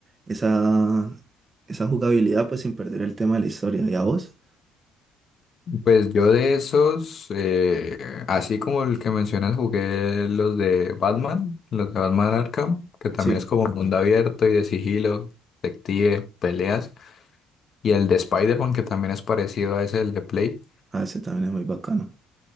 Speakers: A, on the right (about 30°); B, on the left (about 50°).
A: esa, esa jugabilidad pues sin perder el tema de la historia. ¿Y a vos?
B: Pues yo de esos, eh, así como el que mencionas, jugué los de Batman, los de Batman Arkham, que también
A: Sí,
B: es como mundo abierto y de sigilo, detective, peleas, y el de Spider-Man, que también es parecido a ese, el de Play.
A: a ese también es muy bacano.